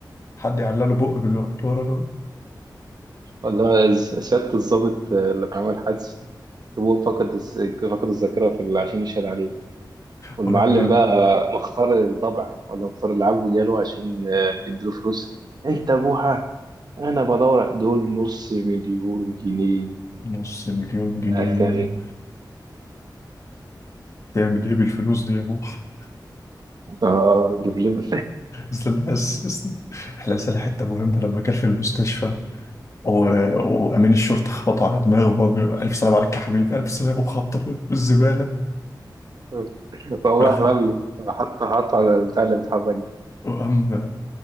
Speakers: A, on the left (about 40°); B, on the right (about 60°).
A: حد يعلق له بق باللي واقف ورا دول
B: ولا ز- سيادة الضابط آه، لما عمل حادثة هو فقد الس- فقد الذاكرة في ال- عشان يشهد عليه والمعلم
A: ولما
B: بقى مختار الضبع ولا مختار العب وجاله عشان آه، يديله فلوس ايه تابوها انا بدور دول نص مليون جنيه
A: نص مليون جنيه
B: اكل
A: تعمل ايه بالفلوس دي يا بوح
B: اه لبلب
A: اصل بس بس- احنا لسه حته مهمه لما كان في المستشفى و... وامين الشرطه خبطوا على دماغه وهو بيقول الف سلام عليك يا حبيبي الف سلام وخبطه في الزباله
B: <laughs>
A: وفي
B: فهو
A: الاخر
B: راح رمي حط حط <laughs> على البتاع اللي بيتحرك ده
A: وقام